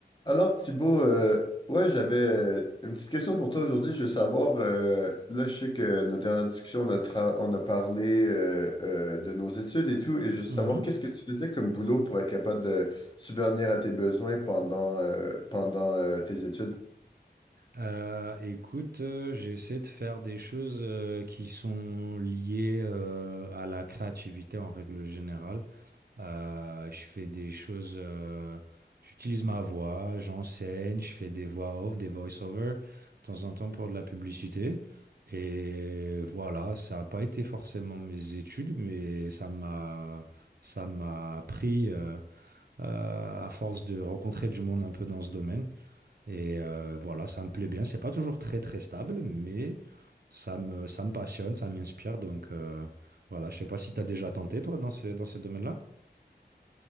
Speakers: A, on the left (about 25°); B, on the right (about 60°).
A: Alors Thibaut, euh, ouais, j'avais euh, une petite question pour toi aujourd'hui. Je veux savoir, euh, là je sais que notre dernière discussion, on a, tra- on a parlé euh, euh, de nos études et tout, et je veux savoir
B: Mhm.
A: qu'est-ce que tu faisais comme boulot pour être capable de subvenir à tes besoins pendant, euh, pendant euh, tes études.
B: Euh, écoute, euh, j'essaie de faire des choses euh, qui sont liées euh, à la créativité en règle générale. Euh, je fais des choses, euh, j'utilise ma voix, j'enseigne, je fais des voix off, des voice-over, de temps en temps pour de la publicité. Et voilà, ça n'a pas été forcément mes études, mais ça m'a, ça m'a appris euh, euh, à force de rencontrer du monde un peu dans ce domaine. Et euh, voilà, ça me plaît bien. C'est pas toujours très très stable, mais ça me, ça me passionne, ça m'inspire. Donc euh, voilà, je sais pas si tu as déjà tenté, toi, dans ce, dans ce domaine-là.